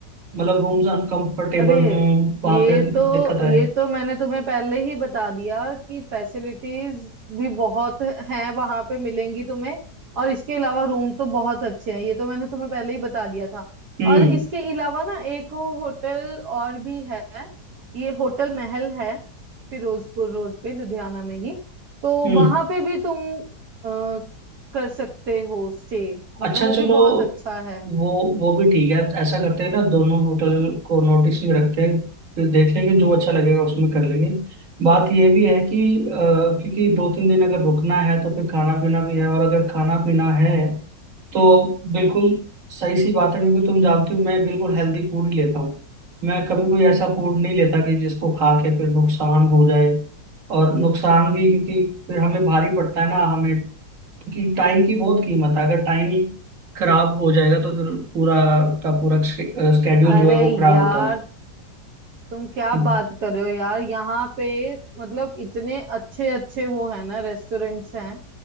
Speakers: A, on the right (about 50°); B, on the right (about 65°).
A: मतलब रूम्स अनकंफर्टेबल
B: अरे
A: हों वहां
B: ये
A: पे
B: तो
A: दिक्कत आए
B: ये तो मैंने तुम्हें पहले ही बता दिया कि फैसिलिटीज भी बहुत हैं वहां पे मिलेंगी तुम्हें और इसके अलावा रूम तो बहुत अच्छे हैं ये तो मैंने तुम्हें पहले ही बता दिया था
A: हम्म
B: और इसके अलावा ना एक होटल और भी है ये होटल महल है फिरोजपुर रोड पे लुधियाना में ही तो
A: हम्म
B: वहां पे भी तुम अ, कर सकते हो स्टे
A: अच्छा
B: मतलब वो
A: चलो
B: भी बहुत अच्छा है
A: वो वो भी ठीक है ऐसा करते हैं ना दोनों होटल को नोटिस में रखते हैं फिर देख लेंगे जो अच्छा लगेगा उसमें कर लेंगे बात ये भी है कि अ, क्योंकि दो तीन दिन अगर रुकना है तो फिर खाना पीना भी है और अगर खाना पीना है तो बिल्कुल सही सी बात है क्योंकि तुम जानती हो मैं बिल्कुल हेल्दी फूड ही लेता हूँ मैं कभी कोई ऐसा फूड नहीं लेता कि जिसको खा के फिर नुकसान हो जाए और नुकसान भी क्योंकि फिर हमें भारी पड़ता है ना हमें कि टाइम की बहुत कीमत है अगर टाइम खराब हो जाएगा तो फिर पूरा का पूरा स्केड्यूल
B: अरे
A: जो है वो खराब
B: यार
A: होता
B: तुम क्या
A: है
B: बात कर रहे हो यार यहाँ पे मतलब इतने अच्छे अच्छे वो है ना रेस्टोरेंट्स हैं